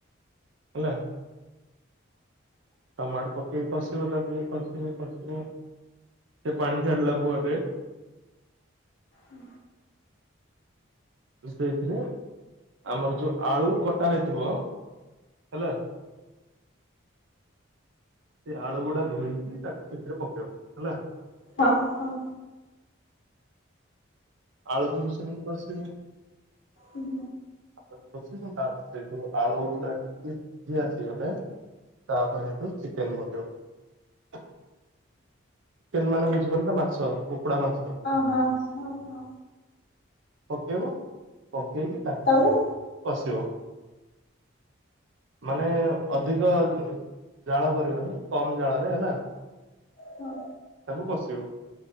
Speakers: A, on the right; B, on the left.
A: ହେଲା। ଟମାଟୋ ପକେଇ କଷିବ ତାକୁ କଷିବ କଷିବ ସେ ପାଣି ଛାଡ଼ିଲା ପରେ
B: ହୁଁ।
A: ସେଥିରେ ଆମର ଯୋଉ ଆଳୁ କଟା ହେଇଥିବ ହେଲା। ସେଇ ଆଳୁ ଗୁଡା ଧୋଇକି ତାକୁ ସେଥିରେ ପକେଇବ ହେଲା।
B: ହଁ ହଁ।
A: ଆଳୁ କୁ ବି ସେମିତି କସିବ
B: ହୁଁ।
A: ତାପରେ କସିବୁ ତାପରେ ସେଇଠୁ ଆଳୁ ଗୁଡା ଟିକେ ସିଜି ଆସିଗଲେ ତାପରେ ସେଇଠୁ ଚିକେନ ପକେଇବ। ଚିକେନ ମାନେ ବୁଝିପାରିଲ ନା ମାଂସ କୁକୁଡା ମାଂସ।
B: ହଁ ହଁ ହଁ
A: ପକେଇବ ପକେଇକି ତାକୁ
B: ତାପରେ?
A: କସିବ ମାନେ ଅଧିକ ଜାଳ କରିବନି କମ ଜାଳରେ ହେଲା।
B: ହଁ।
A: ତାକୁ କସିବ।